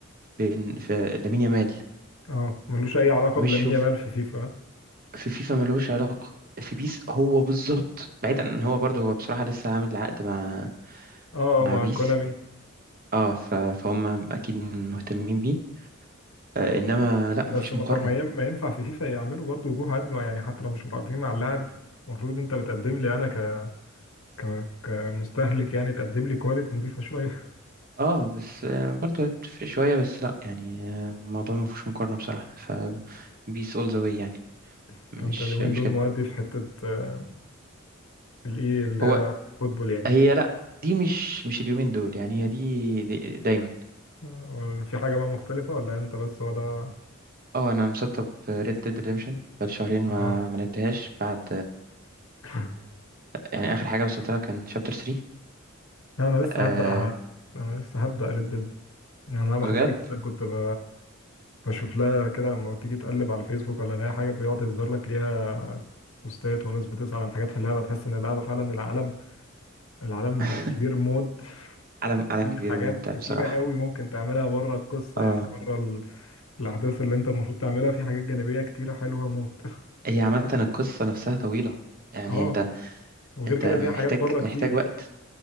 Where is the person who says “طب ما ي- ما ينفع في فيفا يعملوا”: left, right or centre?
Left